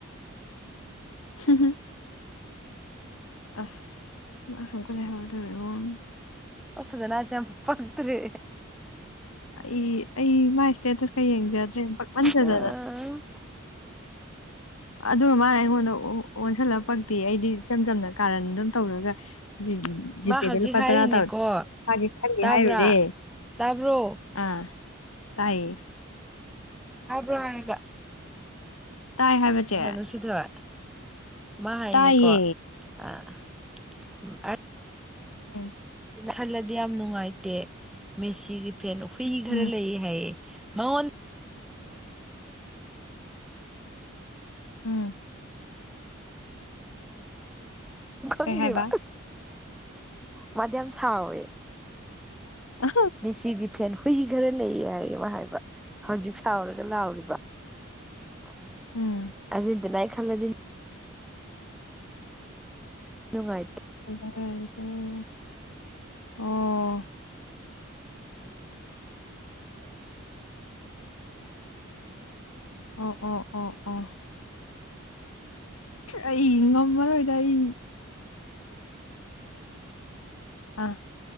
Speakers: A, on the left; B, in the centre.
A: UNINTELLIGIBLE ꯑꯥꯁ ꯃꯥꯁꯨ ꯑꯃꯨꯛꯀ ꯂꯩꯍꯧꯔ ꯗꯣꯢꯔꯣ ꯑꯣꯡ
B: ꯈꯣꯢ ꯁꯙꯅꯁꯦ ꯌꯥꯝ ꯄꯛꯇꯔꯦ
A: ꯑꯩ ꯑꯩ ꯃꯥꯢ ꯏꯁꯇꯦꯇꯁꯀ ꯌꯦꯡꯖꯗ꯭ꯔꯦ ꯄꯛꯃꯟꯗꯥꯗꯅ
B: ꯑꯥ
A: ꯑꯗꯨꯒ ꯃꯥꯅ ꯑꯩꯉꯣꯟꯗ ꯑꯣꯟ-ꯑꯣꯟꯁꯤꯜꯂ ꯄꯛꯇꯦꯌꯦ ꯑꯩꯗꯤ ꯏꯆꯝ ꯆꯝꯅ ꯀꯥꯔꯟ ꯑꯗꯨꯝ ꯇꯧꯔꯒ ꯖꯤ ꯖꯤꯄꯦꯗ
B: ꯃꯥ ꯍꯧꯖꯤꯛ
A: ꯂꯨꯄꯥ
B: ꯍꯥꯏꯔꯤꯅꯦꯀꯣ
A: ꯇꯔꯥ ꯊꯥꯒꯦ ꯈꯜꯂꯦ
B: ꯇꯥꯕ꯭ꯔꯥ
A: ꯍꯥꯏꯔꯨꯔꯦ
B: ꯇꯥꯕ꯭ꯔꯣ
A: ꯑꯥ ꯇꯥꯏꯌꯦ
B: ꯇꯥꯕ꯭ꯔꯣ ꯍꯥꯏꯔꯒ
A: ꯇꯥꯏ ꯍꯥꯏꯕ
B: ꯢꯆꯥꯅꯨꯡꯁꯤꯊꯣꯢ
A: ꯆꯦ
B: ꯃꯥ ꯍꯥꯏꯅꯦꯀꯣ
A: ꯇꯥꯏꯌꯦ
B: ꯑꯥ ꯑꯥꯔꯠ
A: INAUDIBLE
B: ꯈꯜꯂꯗꯤ ꯌꯥꯝꯅꯨꯡꯉꯥꯏꯇꯦ ꯃꯦꯁꯤꯒꯤ ꯐꯦꯟ ꯍꯨꯏ ꯈꯔ
A: ꯎꯝ
B: ꯂꯩꯌꯦ ꯍꯥꯏꯌꯦ ꯃꯥꯑꯣꯟ
A: INAUDIBLE
B: ꯈꯪꯗꯦꯕ
A: ꯀꯩ ꯍꯥꯏꯕ
B: ꯃꯥꯗꯤ ꯌꯥꯝ ꯁꯥꯎꯋꯦ
A: ꯑꯥ
B: ꯃꯦꯁꯤꯒꯤ ꯐꯦꯟ ꯍꯨꯏꯈꯔ ꯂꯩꯌꯦ ꯍꯥꯏꯌꯦ ꯃꯥ ꯍꯥꯏꯕ ꯍꯧꯖꯤꯛ ꯁꯥꯎꯔꯒꯂꯥꯎꯔꯤꯕ ꯑꯥꯔꯖꯦꯟꯇꯤꯅꯥꯒꯤ
A: ꯎꯝ
B: ꯈꯜꯂꯗꯤ ꯅꯨꯡꯉꯥꯢ
A: UNINTELLIGIBLE ꯑꯣ ꯑꯣ ꯑꯣ ꯑꯣ ꯑꯩ ꯉꯝꯃꯥꯔꯣꯏꯗ ꯑꯩ ꯑꯥ